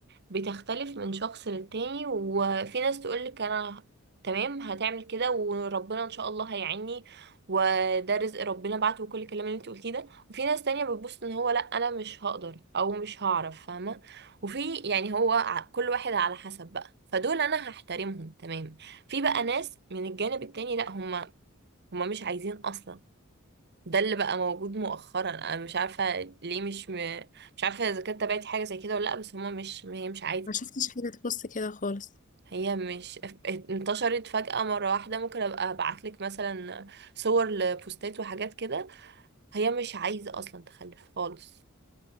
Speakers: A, on the right (about 50°); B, on the left (about 40°).
A: بتختلف من شخص للتاني وفي ناس تقولك أنا تمام هتعمل كده وربنا إن شاء الله هيعيني وده رزق ربنا بعته وكل الكلام اللي انت قلتيه ده وفي ناس تانية بتبص ان هو لا انا مش هقدر او مش هعرف فاهمة وفي يعني هو ع- كل واحد على حسب بقى فدول انا هحترمهم تمام في بقى ناس من الجانب التاني لا هم هما مش عايزين اصلا ده اللي بقى موجود مؤخرا انا مش عارفه ليه مش م... مش عارفه اذا كانت تابعتي حاجه زي كده ولا لا بس هما مش هي مش عايزه
B: ما شفتش حاجة تخص كده خالص
A: هي مش <laughs> انتشرت فجأة مرة واحدة ممكن ابقى ابعتلك مثلا صور لبوستات وحاجات كده هي مش عايزة اصلا تخلف خالص